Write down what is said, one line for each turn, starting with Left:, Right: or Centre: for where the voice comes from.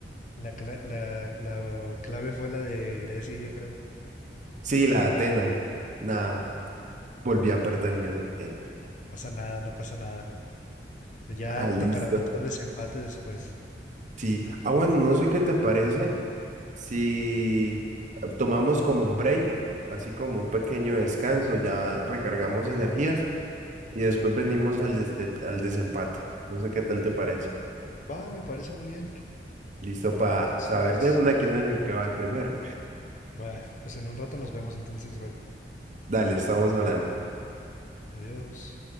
Left: la, cla- la- la clave fue la de Grecia, yo creo.
Right: Sí, la Atena. Nah, volví a perder mi honor. Eh,
Left: No pasa nada, no pasa nada. Ya
Right: Ah, listo.
Left: tocará otro desempate después.
Right: Sí. Ah, bueno, no sé qué te parece. Si tomamos como un break, así como un pequeño descanso, ya recargamos energías y después venimos al, deste- al desempate. No sé qué tal te parece.
Left: Va, me parece muy bien.
Right: Listo para
Left: Entonces,
Right: saber de una quién es el que va primero.
Left: va, pues en un rato nos vemos entonces, Val.
Right: Dale, estamos hablando.
Left: Adiós.